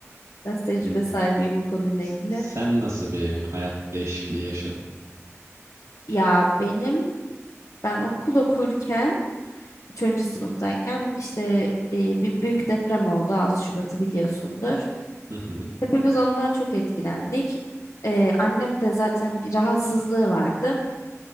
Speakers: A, on the left (about 85°); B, on the right (about 65°).
A: Biraz tecrübe
B: Hmm,
A: sahibiyim o konuyla
B: s-
A: ilgili.
B: sen nasıl bir hayat değişikliği yaşadın?
A: Ya benim ben okul okurken üçüncü sınıftayken işte e, bir büyük deprem oldu. 6 Şubat'ı biliyorsundur.
B: Hı hı,
A: Hepimiz ondan çok etkilendik. Ee, annem de zaten bir rahatsızlığı vardı.